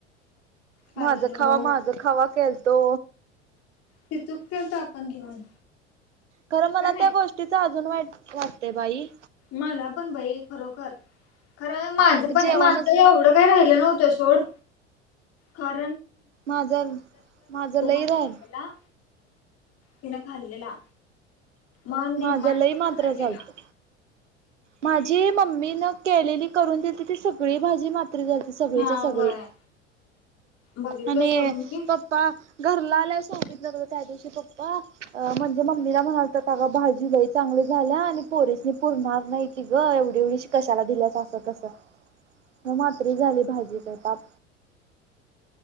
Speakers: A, on the left (about 40°); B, on the right (about 80°).
A: खाल्लो
B: माझा खावा माझा खावा केलतो.
A: ते चुक केलतो आपण घेऊन
B: खर मला
A: का नाही
B: त्या गोष्टीचं अजून वाईट वाटतयं बाई.
A: मला पण बाई खरोखर खर माझं पण
B: जेवणच
A: माझं एवढं काय राहिलं नव्ह त सोड ख
B: माझं माझं लई
A: माझ्या
B: राह
A: खायला तिनं खाल्लेला मग निम्मा
B: माझं लई
A: डबा
B: मात्र
A: तो राहिलेला
B: चालतं माझी मम्मी न केलेली करून दिलती ती सगळी भाजी मा सगळीच्या
A: हा
B: सगळी
A: व्हय बघितलो
B: आणि
A: सोड मी
B: पप्पा घरला आल्यावर सांगितलं त्या दिवशी पप्पा म्हणजे मम्मीला म्हणालत का भाजीलाई चांगली झाल्या आणि पोरेस पुरणार नाही. ती ग एवढी एवढी श कशाला दिल्याच असत कस म मात्र झाली भाजी ताप